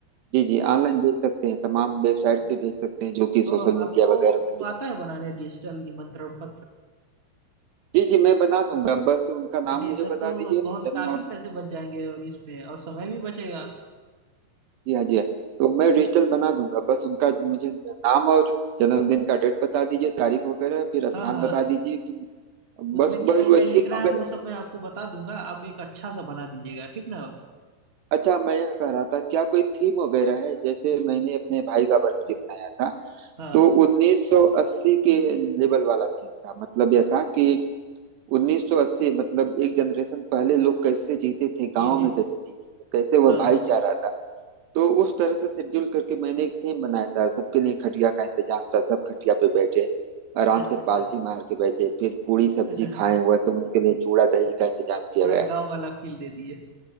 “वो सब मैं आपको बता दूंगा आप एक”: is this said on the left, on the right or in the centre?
Right